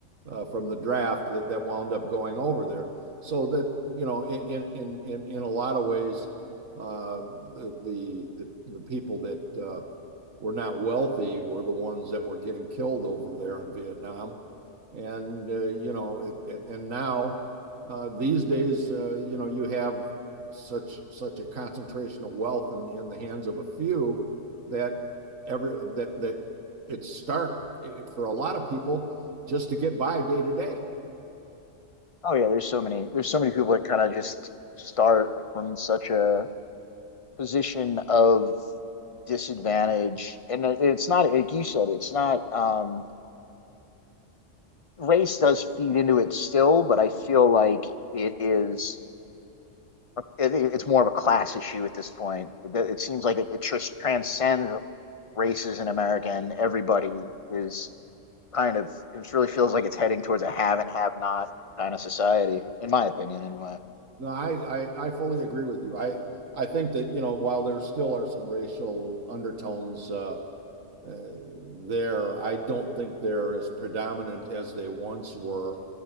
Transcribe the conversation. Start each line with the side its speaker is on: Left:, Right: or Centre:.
Right: uh, from the draft that, that wound up going over there. So that you know, in in in in a lot of ways, uh, the the the, the people that uh, we're not wealthy. We're the ones that were getting killed over there in Vietnam. And, uh, you know, it, and, and now uh, these days, uh, you know, you have such such a concentration of wealth in, in the hands of a few that every that that it's stark for a lot of people just to get by day to day.
Left: Oh yeah, there's so many there's so many people that kind of just start from such a position of disadvantage and it- it's not like you said it's not um race does feed into it still, but I feel like it is it- it's more of a class issue at this point. It, it seems like it, it just transcends races in America, and everybody is kind of it really feels like it's heading towards a have and have not kind of society, in my opinion, anyway.
Right: No, I, I I fully agree with you. I I think that, you know, while there still are some racial undertones uh, uh, there, I don't think they're as predominant as they once were.